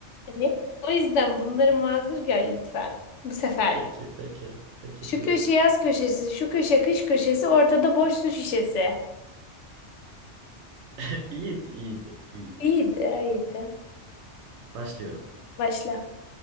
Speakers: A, on the left; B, on the right.
A: Hani o yüzden bunları mazur gör lütfen. Bu seferlik.
B: Peki, peki, peki
A: Şu
B: buyurun.
A: köşe yaz köşesi, şu köşe kış köşesi, ortada boş su şişesi.
B: <laughs> İyiydi, iyiydi, iyiydi.
A: İyiydi, iyiydi.
B: Başlıyorum.
A: Başla.